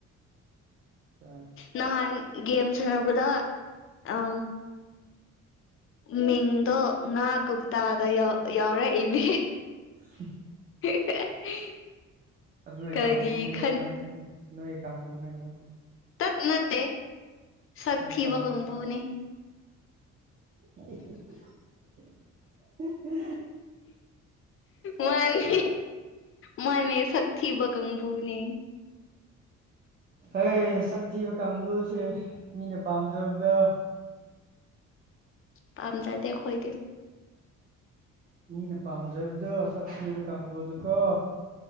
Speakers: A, on the right (about 30°); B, on the left (about 45°).
A: ꯑ
B: ꯅꯍꯥꯟ ꯒꯦꯝ ꯁꯥꯟꯅꯕꯗ ꯎ ꯃꯤꯡꯗꯣ ꯉꯥ ꯀꯧꯇꯥꯗ ꯌꯥꯎꯔꯛꯏꯅꯦ
A: ꯁꯤ
B: <unintelligible>
A: ꯅꯣꯏ
B: ꯀꯔꯤ
A: ꯀꯥꯡꯕꯨꯅꯦꯗ
B: ꯈꯟ
A: ꯅꯣꯏ ꯅꯣꯏ ꯀ ꯀꯥꯡꯕꯨꯅꯦꯗ
B: ꯇꯠꯅ ꯇ ꯁ
A: ꯅꯣꯏ
B: ꯊꯤꯕꯒꯪꯕꯨꯅꯤ
A: ꯀꯥꯡꯕꯨ <unintelligible>
B: ꯃꯥꯅꯤ ꯃꯥꯅꯤ ꯁ ꯊꯤꯕ ꯀꯥꯡꯕꯨꯅꯤ
A: ꯑꯩ ꯁꯛ ꯊꯤꯕ ꯀꯥꯡꯕꯨꯁꯦ ꯃꯤꯅ ꯄꯥꯝꯖꯕꯗ
B: ꯇꯥꯟꯖꯗꯦ ꯈꯣꯏꯗꯤ
A: ꯃꯤꯅ ꯄꯥꯝꯖꯕꯗꯣ ꯁꯛꯈꯤꯕ ꯀꯥꯡꯕꯨꯗꯨꯀꯣ